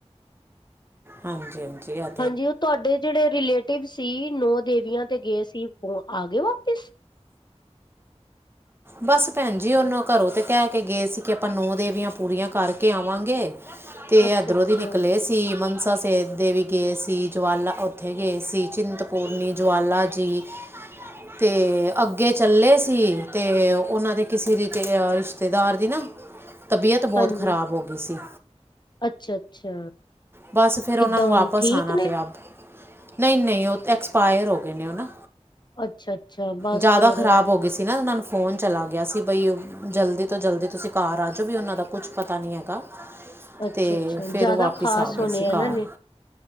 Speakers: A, on the right; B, on the left.
A: ਹਾਂਜੀ-ਹਾਂਜੀ।
B: ਹਾਂਜੀ ਉਹ ਤੁਹਾਡੇ ਜਿਹੜੇ ਰਿਲੇਟਿਵ ਸੀ, ਨੌ ਦੇਵੀਆਂ ਤੇ ਗੇ ਸੀ, ਉਹ ਆ ਗੇ ਵਾਪਿਸ।
A: ਬਸ ਭੈਨਜੀ ਉਹਨੂੰ ਘਰੋਂ ਤੇ ਕਹਿ ਕੇ ਗਏ ਸੀ, ਕਿ ਆਪਾਂ ਨੌ ਦੇਵੀਆਂ ਪੂਰੀਆਂ ਕਰਕੇ ਆਵਾਂਗੇ। ਤੇ,
B: ਅੱਛਾ
A: ਐਧਰੋਂ
B: ਅੱਛਾ
A: ਦੀ ਨਿਕਲੇ ਸੀ ਮਨ ਸੇ ਦੇਵੀ ਗਏ ਸੀ ਜਵਾਲਾ ਉੱਥੇ ਗਏ ਸੀ ਚਿੰਤਪੂਰਨੀ, ਜਵਾਲਾ ਜੀ ਤੇ, ਅੱਗੇ ਚੱਲੇ ਸੀ ਤੇ, ਉਹਨਾਂ ਦੇ ਕਿਸੇ ਰਿ, ਰਿਸ਼ਤੇਦਾਰ ਦੀ ਨਾ ਤਬੀਅਤ ਬੋਤ
B: ਹਾਂਜੀ
A: ਖ਼ਰਾਬ ਹੋਗੀ ਸੀ।
B: ਅੱਛਾ-ਅੱਛਾ।
A: ਬਸ ਫਿਰ
B: ਕਿੱਦਾਂ
A: ਉਹਨਾਂ ਨੂੰ
B: ਹੁਣ
A: ਵਾਪਸ
B: ਠੀਕ
A: ਆਣਾ
B: ਨੇ?
A: ਪਿਆ। ਨਹੀਂ-ਨਹੀਂ ਉਹ ਤੇ ਐਕਸਪਾਇਰ ਹੋ ਗਏ ਨੇ ਉਹ ਨਾ
B: ਅੱਛਾ-ਅੱਛਾ ਬਸ
A: ਜਾਦਾ
B: ਫੇਰ
A: ਖ਼ਰਾਬ ਹੋ ਗੀ ਸੀ ਨਾ ਉਹਨਾਂ ਨੂੰ ਫ਼ੋਨ ਚਲਾ ਗਿਆ ਸੀ ਬਈ, ਜਲਦੀ ਤੋਂ ਜਲਦੀ ਤੁਸੀਂ ਘਾਰ ਆ ਜੋ ਵੀ ਉਹਨਾਂ ਦਾ ਕੁਛ ਪਤਾ ਨੀ ਹੈਗਾ
B: ਅੱਛਾ-ਅੱਛਾ
A: ਤੇ,
B: ਜ਼ਿਆਦਾ
A: ਫੇਰ ਉਹ ਵਾਪਿਸ
B: ਖ਼ਾਸ
A: ਆ ਗੇ
B: ਹੋਣੇ
A: ਸੀ
B: ਇਹਨਾਂ
A: ਘਾਰ।
B: ਨੇ